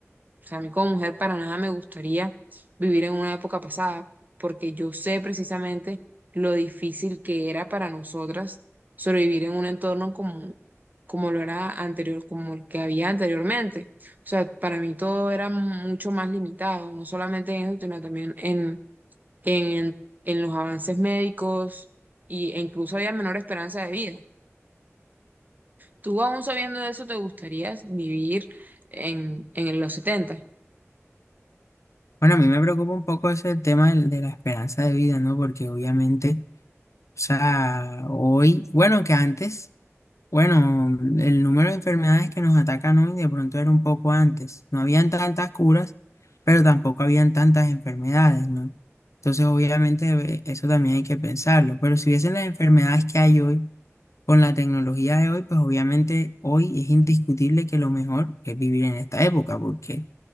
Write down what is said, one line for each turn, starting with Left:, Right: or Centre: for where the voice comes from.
Right: o sea, a mí como mujer para nada me gustaría vivir en una época pasada, porque yo sé precisamente lo difícil que era para nosotras sobrevivir en un entorno como, como lo era anterior, como el que había anteriormente. O sea, para mí todo era mucho más limitado, no solamente en eso, sino también en, en, en los avances médicos y, e incluso había menor esperanza de vida. ¿Tú aún sabiendo de eso te gustaría vivir en, en los setenta
Left: Bueno, a mí me preocupa un poco ese tema del- de la esperanza de vida, ¿no? Porque obviamente, o sea, hoy, bueno, que antes. Bueno, el número de enfermedades que nos atacan hoy de pronto era un poco antes. No habían tantas curas, pero tampoco habían tantas enfermedades, ¿no? Entonces, obviamente, eh, eso también hay que pensarlo. Pero si viesen las enfermedades que hay hoy, con la tecnología de hoy, pues obviamente hoy es indiscutible que lo mejor es vivir en esta época, porque